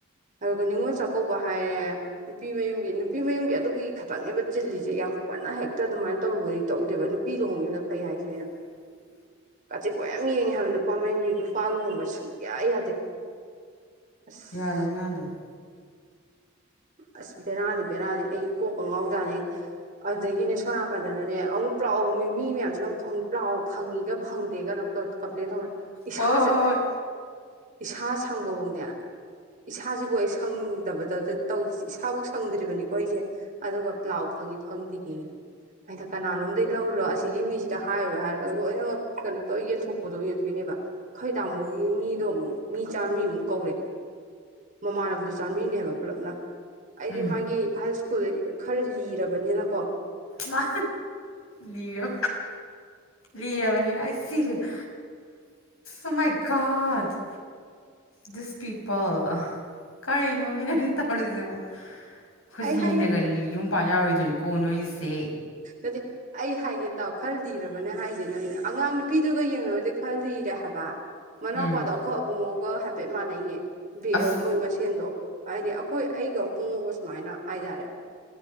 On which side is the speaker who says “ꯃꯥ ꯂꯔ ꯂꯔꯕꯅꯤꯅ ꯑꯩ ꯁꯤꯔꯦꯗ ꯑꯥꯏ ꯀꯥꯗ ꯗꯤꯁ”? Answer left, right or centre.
Left